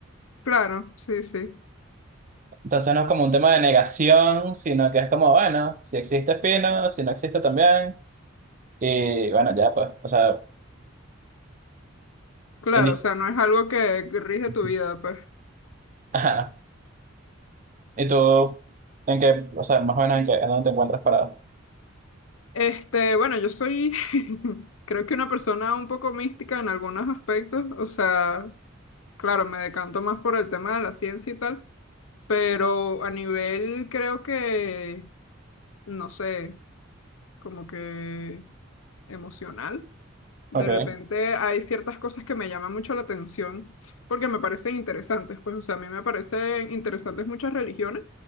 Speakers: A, on the left (about 75°); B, on the right (about 40°).
A: claro, sí, sí.
B: Entonces no es como un tema de negación, sino que es como, bueno, si existe fino, si no existe también, y bueno, ya, pues, o sea,
A: Claro,
B: indi-
A: o sea, no es algo que rige
B: <laughs>
A: tu vida, pues.
B: Ajá. ¿Y tú en qué, o sea, más o menos en qué, en dónde te encuentras parado?
A: Este, bueno, yo soy, <laughs> creo que una persona un poco mística en algunos aspectos, o sea, Claro, me decanto más por el tema de la ciencia y tal, pero a nivel creo que, no sé, como que emocional. De
B: Ok,
A: repente hay ciertas cosas que me llaman mucho la atención porque me parecen interesantes. Pues, o sea, a mí me parecen interesantes muchas religiones